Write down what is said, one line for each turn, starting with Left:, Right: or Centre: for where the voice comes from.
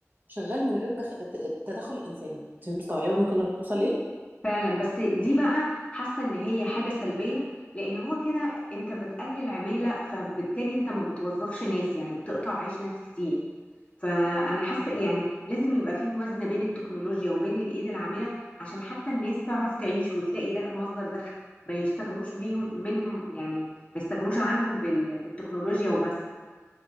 Right: شغال من غير دخ... ت- تدخل الانسان انت مستوعبه ممكن نوصل ليه؟
Left: فعلا بس دي بقى حاسه ان هي حاجه سلبيه لان هو كده انت بتقلل عماله فبالتالي انت ما بتوظفش ناس يعني بتقطع عيش ناس كتير فانا حاسه يعني لازم يبقى في موازنه بين التكنولوجيا وبين الايد العامله عشان حتى الناس تعرف تعيش وتلاقي ده مصدر دخل ما يستغنوش بيهم منهم يعني ما يستغنوش عنهم بال- بالتكنولوجيا وبس